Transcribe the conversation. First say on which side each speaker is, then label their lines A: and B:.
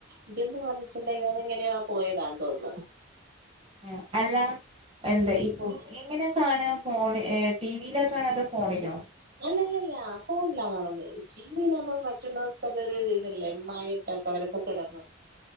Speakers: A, on the right; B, on the right.
A: ഇതെന്ന് പറഞ്ഞിട്ടുണ്ടങ്കില് അതെങ്ങനെയാ പോയെ ന്റെതാ തോന്ന്
B: ആ അല്ല എന്താ
A: ആ.
B: എങ്ങനെ കാണ ഫോണ്‌ ടീവിലോ കാണ അതോ ഫോണിലോ
A: അല്ലല്ലല്ല ഫോണിലാ കാണന്നെ ടീവിയിലാമ്പോ മറ്റുള്ളവർക്കതൊരു ഇതല്ലേ മഴ അവരൊക്കെ കെടന്നു